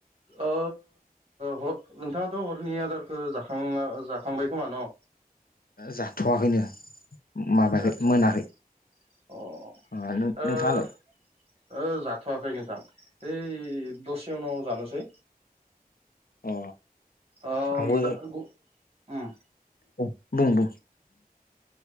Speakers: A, on the right; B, on the left.
A: अ ह नोंथाङाथ' हरनि आदारखौ जाखां जाखांबाय खोमा न'
B: जाथ'वाखैनो माबायाखै
A: आतसा आतसा
B: मोनाखै
A: <unintelligible>
B: अ नों नोंथाङालाय
A: ओ जाथ'आखै नोंथां ओइ दसे उनाव जानोसै।
B: अ
A: अ
B: आंबो
A: दा गु ओम
B: औ बुं बुं